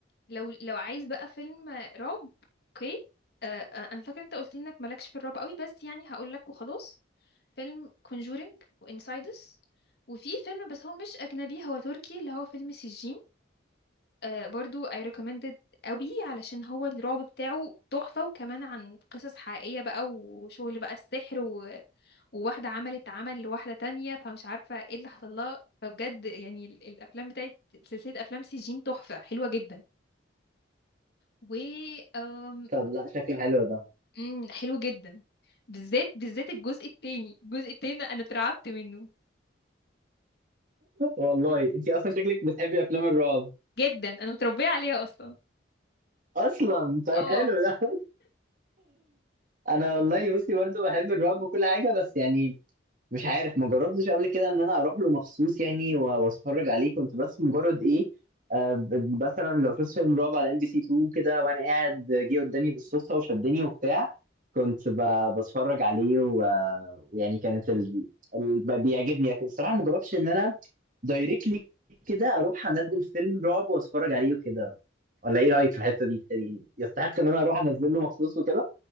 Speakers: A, on the left (about 55°); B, on the right (about 45°).
A: لو لو عايز بقى فيلم رعب اوكي آه آه، انا فاكرة انت قلت لي انك مالكش في الرعب قوي بس يعني هقول لك وخلاص فيلم Conjuring وانسايدس وفي فيلم بس هو مش أجنبي هو تركي اللي هو فيلم سجين آه، برضو I recommended قوي علشان هو الرعب بتاعه تحفة وكمان عن قصص حقيقية بقى وشغل بقى السحر و... وواحدة عملت عمل لواحدة تانية فمش عارفة ايه اللي حصل لها فبجد يعني ال- الأفلام بتاعت سلسلة أفلام سجين تحفة حلوة جدا و أم...
B: طب لا شكله حلو ده
A: أم، حلو جدا بالذات بالذات الجزء التاني الجزء التاني ده أنا اترعبت منه
B: والله انت اصلا شكلك بتحبي افلام الرعب
A: جدا أنا متربية عليها أصلا
B: اصلا طيب
A: اه
B: حلو ده <laughs> انا والله بصي برضو بحب الرعب وكل حاجه بس يعني مش عارف ما جربتش قبل كده ان انا اروح له مخصوص يعني و- واتفرج عليه كنت بس مجرد ايه آه، ب- مثلا لو شفت فيلم رعب على ام بي سي 2 كده وانا قاعد جه قدامي بالصدفه وشدني وبتاع كنت ب- بتفرج عليه و- ويعني كانت ال... ال... ب- بيعجبني لكن الصراحه ما جربتش ان انا دايركتلي كده اروح انزل فيلم رعب واتفرج عليه وكده ولا ايه رايك في الحته دي يعني يستحق ان انا اروح انزل له مخصوص وكده